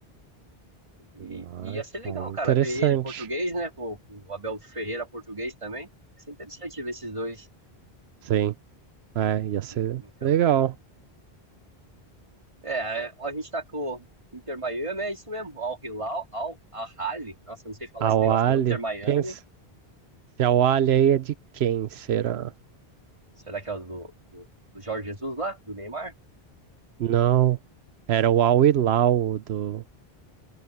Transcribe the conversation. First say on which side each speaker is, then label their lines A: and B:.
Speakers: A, on the right; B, on the right.
A: E
B: Ah,
A: e ia ser legal,
B: aí é
A: cara,
B: interessante.
A: ver ele português, né? Com, com o Abel Ferreira português também. Ia ser interessante ver esses dois
B: Sim. É, ia ser
A: em, em campo.
B: legal.
A: É, é, ó, a gente tá com o Inter Miami, é isso mesmo. Al Hilal, Al Ahly. Nossa, não sei falar
B: A
A: esse
B: Wally,
A: negócio não. Inter Miami.
B: quem? s- Se a Wally aí é de quem será?
A: Será que é o do, do, do Jorge Jesus lá, do Neymar?
B: Não. Era o Al Hilal, o do